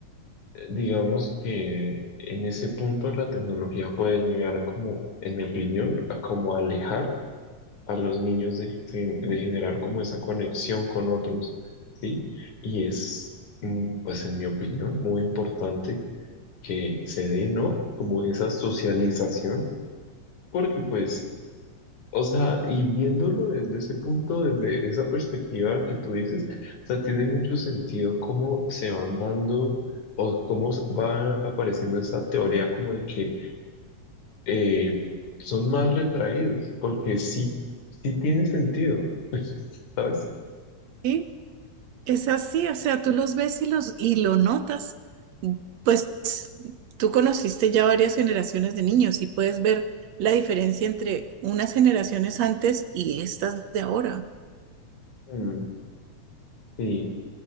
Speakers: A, on the left; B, on the right.
A: digamos que en ese punto la tecnología puede llegar a como, en mi opinión, a como alejar a los niños de, de- de generar como esa conexión con otros, ¿sí? Y es, mm, pues en mi opinión, muy importante que se dé, ¿no? Como esa socialización, porque pues o sea, y viéndolo desde ese punto, desde esa perspectiva que tú dices, o sea, tiene mucho sentido cómo se van dando o cómo s- va apareciendo esa teoría como de que eh, son más retraídos, porque sí, sí tiene sentido, <laughs> ¿sabes?
B: ¿sí? Es así, o sea, tú los ves y los y lo notas. Pues tú conociste ya varias generaciones de niños y puedes ver la diferencia entre unas generaciones antes y estas de ahora.
A: Mm, sí,